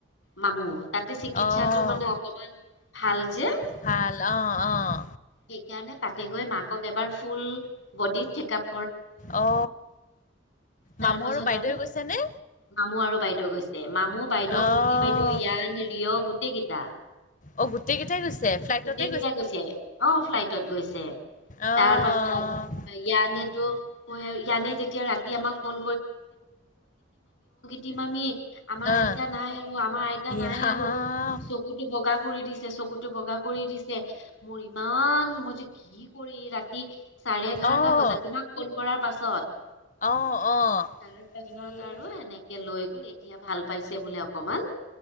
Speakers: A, on the left; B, on the left.
A: মামু তাতে চিকিৎসাটো
B: অ',
A: মানে অকমান ভাল যে
B: ভাল অ', অ',
A: সেইকাৰণে তাকে গৈ মাকক এবাৰ ফুল বডিত চেক আপ
B: অ
A: তাৰ
B: মামু
A: পাছত
B: আৰু বাইদেউৱে গৈছে নে।
A: মামু আৰু বাইদেউ গৈছে মামু বাইদেউ
B: অ',
A: পুতলি বাইদেউ য়ান ৰিয় গোটেই কেইটা
B: অ', গোটেই কেইটাই গৈছে ফ্লাইটতে
A: গোটেই কেইটা গৈছে আহ ফ্লাইটত গৈছে।
B: অ',
A: তাৰ পাছত ইয়ানেতো ইয়ানে যেতিয়া ৰাতি আমাক ফোন তিমামি আমাৰ
B: অ',
A: আইতা
B: অ',
A: নাই আৰু আমাৰ আইতা
B: ই
A: নাই
B: ৰাম
A: আৰু চকুতো ব বগা কৰি দিছে চকুতো বগা কৰি দিছে মোৰ ইমান মই যে কি কৰি ৰাতি চাৰে এঘাৰটা
B: অ',
A: বজাত তোমাক ফোন কৰাৰ পাছত।
B: অ', অ',
A: তাৰ পাছত
B: ইয়ে
A: আৰু এনেকে লৈ গ'ল এতিয়া ভাল পাইছে বোলে অকমান।